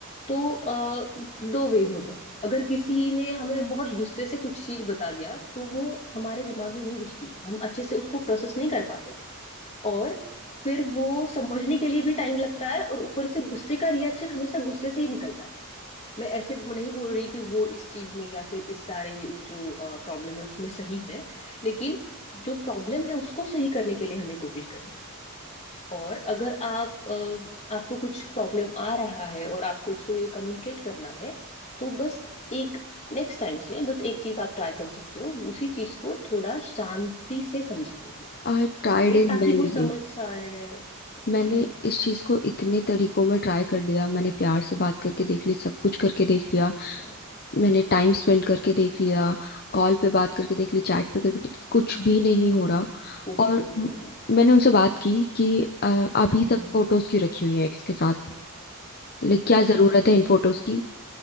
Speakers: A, on the left (about 30°); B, on the left (about 45°).
A: तो आ, दो वेज होते हैं अगर किसी ने हमें बहुत गुस्से से कुछ चीज बता दिया तो वो हमारे दिमाग में नहीं घुसती हम अच्छे से उसको प्रोसेस नहीं कर पाते और फिर वो समझने के लिए भी टाइम लगता है और ऊपर से गुस्से का रिएक्शन हमेशा गुस्से से ही निकलता है मैं ऐसे नहीं बोल रही कि वो इस चीज में या फिर इस सारे जो प्रॉब्लम है उसमें सही है लेकिन जो प्रॉब्लम है उसको सही करने के लिए हमें कोशिश करनी है और अगर आप अ, आपको कुछ प्रॉब्लम आ रहा है और आपको उसको ये कम्युनिकेट करना है तो बस एक नेक्स्ट टाइम से बस एक चीज आप ट्राई कर सकते हो उसी चीज को थोड़ा शांति से समझाने की
B: I tried
A: ओके
B: in
A: ताकि
B: many
A: वो समझ आए ओके
B: मैंने इस चीज को इतने तरीकों में ट्राई कर लिया मैंने प्यार से बात करके देख ली सब कुछ करके देख लिया
A: ओके
B: मैंने टाइम स्पेंड करके देख लिया कॉल पे बात करके देख ली चैट पे करके देख ली कुछ भी नहीं हो रहा
A: कुछ
B: और
A: भी नहीं
B: म-
A: हो रहा है
B: मैंने उनसे बात की कि अ, अभी
A: हम्म,
B: तक फोटोज क्यों रखी हुई है एक्स के साथ लाइक
A: हाँ
B: क्या जरूरत
A: हाँ हाँ
B: है इन फोटोज की